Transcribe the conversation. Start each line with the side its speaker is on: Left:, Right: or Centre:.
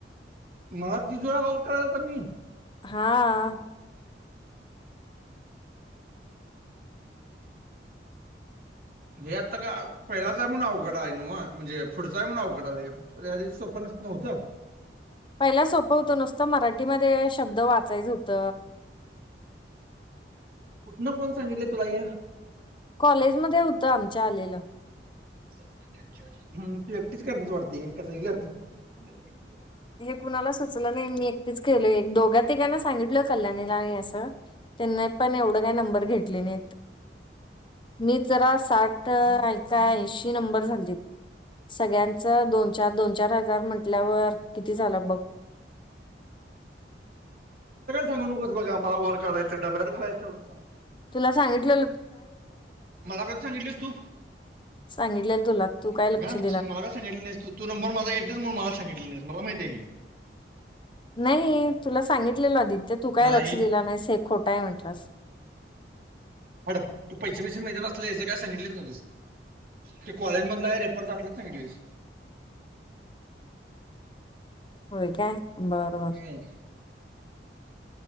Right: मला तिथरा कॉल करायच मी,
Left: हा,
Right: हे आता का पहिलाच आहे, म्हण अवघड आहे न म्हणजे पुढचा आहे म्हण अवघड आला सवप्, नव्हत.
Left: पहिला सोपं होतं, नुसतं मराठीमध्ये शब्द वाचायच होत.
Right: कुठन कोण सांगितले तुला ये,
Left: कॉलेजमध्ये होतं आमच्या आलेलं.
Right: हम्म तू एकटीच करते वाटत, हे का सगळीच करतेत?
Left: हे कुणाला सुचलं नाही मी एकटीच केलो एक दोन. घा तिघांना सांगितल कल्याणीला, असं त्यांना पण एवढ काय नंबर घेतले ने, मी जरा साठ ऐका ऐंशी नंबर झालतीत. सगळ्यांचं दोन चार, दोन चार हजार म्हटल्यावर,
Right: <unintelligible>
Left: किती झालं बघ
Right: सांगू नकोस बघ आमला, वर काढायचा <unintelligible> घालायचं तेवढे सांग.
Left: तुला सांगितलं.
Right: मला कधी सांगितलीस तू
Left: सांगितलेल तुला तू काय लक्षात,
Right: ना, मला का सांगित नाहीस, तू तू नंबर माझ घेतलास म मला सांगितलं नाहीस मला माहिताय की.
Left: नाही तुला सांगितलेल आदि, ते तू काय
Right: नाही
Left: लक्ष दिला नाहीस, हे खोटा आहे म्हंटलंस.
Right: <unintelligible> तू पैसे पैसे मिळते, ते कॉलेजमधला हाय रेफरच असलं सांगितलं होतस
Left: होय काय बर बर.
Right: हम्म.